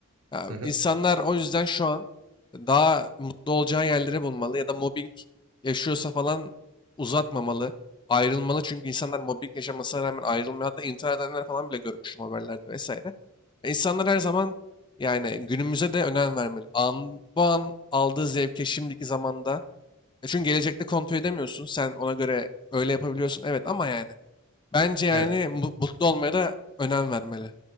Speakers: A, on the left (about 20°); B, on the right (about 75°).
A: Ya,
B: Hı hı.
A: insanlar o yüzden şu an daha mutlu olacağı yerleri bulmalı ya da mobbing yaşıyorsa falan uzatmamalı, ayrılmalı. Çünkü insanlar mobbing yaşamasına rağmen ayrılmıyor. Hatta intihar edenler falan bile görmüştüm haberlerde vesaire. E, İnsanlar her zaman yani günümüze de önem vermeli. An, bu an aldığı zevke şimdiki zamanda. E, çünkü gelecekte kontrol edemiyorsun. Sen ona göre öyle yapabiliyorsun. Evet ama yani bence yani
B: Evet.
A: mu- mutlu olmaya da önem vermeli.